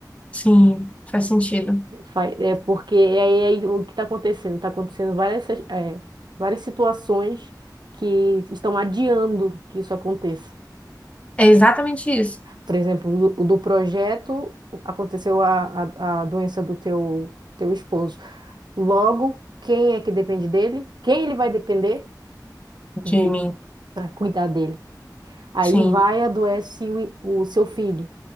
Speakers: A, on the left (about 15°); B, on the right (about 80°).
A: sim, faz sentido.
B: Fa- É porque é aí, é aí o que está acontecendo? está acontecendo várias, é, várias situações que estão adiando que isso aconteça.
A: É exatamente isso,
B: por exemplo, do, do projeto aconteceu a, a, a doença do teu, teu esposo. Logo, quem é que depende dele? Quem ele vai depender de
A: Jimmy.
B: para cuidar dele? Aí
A: Sim.
B: vai adoece o, o seu filho.